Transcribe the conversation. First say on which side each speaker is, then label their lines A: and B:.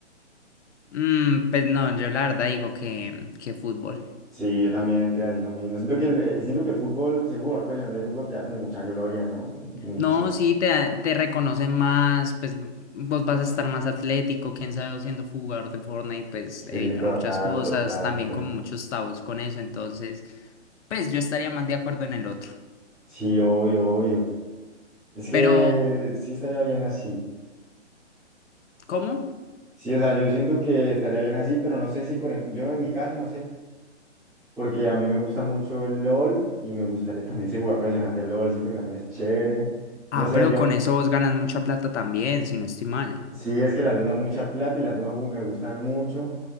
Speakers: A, on the left; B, in the centre.
A: Mm, pues no, yo la verdad digo que, que fútbol.
B: Sí, yo también te decir lo mismo. Siento que el, eh, siento que el fútbol, ser jugador profesional de fútbol te da como mucha gloria, ¿no? Es Muy
A: No,
B: chingo.
A: sí, te, da- te reconocen más, pues vos vas a estar más atlético, quién sabe, vos siendo jugador de Fortnite, pues
B: Sí,
A: evitar
B: total,
A: muchas cosas,
B: total.
A: también con muchos tabús con eso, entonces, pues yo estaría más de acuerdo en el otro.
B: Sí, obvio, obvio. Es que
A: Pero,
B: sí estaría bien así.
A: ¿cómo?
B: Sí, o sea, yo siento que estaría bien así, pero no sé si, por ejemplo, yo en mi caso no sé. porque a mí me gusta mucho el LOL y me gustaría también ser jugador profesional de LOL, siento que también es chévere. No
A: Ah,
B: sé,
A: pero
B: yo,
A: con eso vos ganas mucha plata también, si no estoy mal.
B: sí, es que las dos dan mucha plata y las dos me, ju- me gustan mucho.